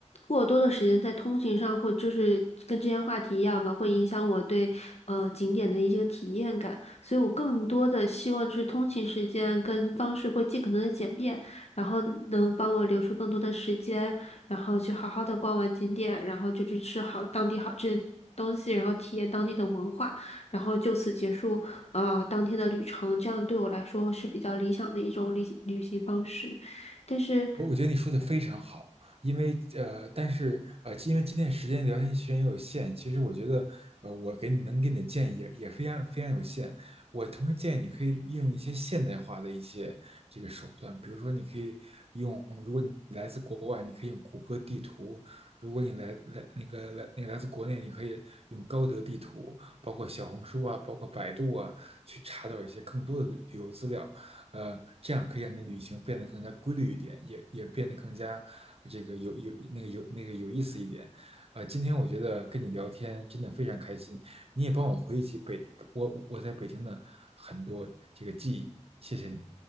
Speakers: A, on the left; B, on the right.
A: 过多的时间在通勤上会就是跟之前话题一样嘛，会影响我对呃景点的一些体验感，所以我更多的希望就是通勤时间跟方式会尽可能的简便，然后能帮我留出更多的时间。然后去好好的逛完景点，然后就去吃好当地好吃的东西，然后体验当地的文化，然后就此结束啊当天的旅程。这样对我来说是比较理想的一种旅旅行方式，但是。
B: 我我觉得你说的非常好，因为呃，但是呃，因为今天时间聊天时间也有限，其实我觉得呃，我给你能给你的建议也也非常非常有限。我同时建议你可以用一些现代化的一些这个手段，比如说你可以用，如果你来自国外，你可以用谷歌地图；如果你来来那个来那个来自国内，你可以用高德地图，包括小红书啊，包括百度啊，去查找一些更多的旅旅游资料。呃，这样可以让你的旅行变得更加规律一点，也也变得更加这个有有那个有那个有意思一点。呃，今天我觉得跟你聊天真的非常开心，你也帮我回忆起北我我在北京的很多这个记忆，谢谢你。